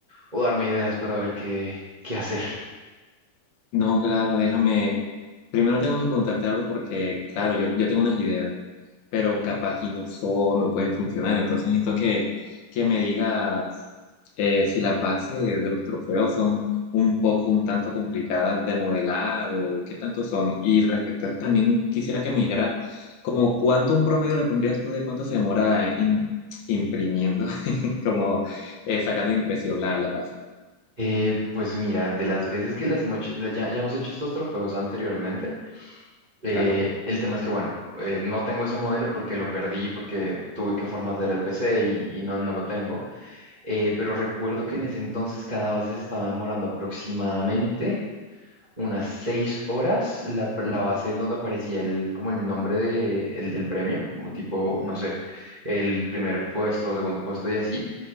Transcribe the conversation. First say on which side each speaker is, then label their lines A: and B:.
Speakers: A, on the right; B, on the left.
A: o darme ideas para ver qué, qué hacer.
B: No, claro, déjame. Primero tengo que preguntarte algo porque, claro, yo, yo tengo unas ideas. pero capaz y no, son no pueden funcionar. Entonces necesito que, que me digas eh, si las bases de los trofeos son un poco, un tanto complicadas de modelar o qué tanto son. Y respecto a eso también quisiera que me dijeras como cuánto un promedio le pondrías tú de cuánto se demora im- imprimiendo, <laughs> como eh, sacando de impresión la, la base.
A: Eh, pues mira, de las veces que las hemos hecho, ya, ya hemos hecho estos trofeos anteriormente. Eh,
B: Claro,
A: el tema es que, bueno, eh, no tengo ese modelo porque lo perdí, porque tuve que formatear el PC y, y no, no lo tengo. Eh, pero recuerdo que en ese entonces cada base se estaba demorando aproximadamente unas seis horas. La, la base en donde aparecía el, como el nombre de, el del premio, como tipo, no sé, el primer puesto, segundo puesto y así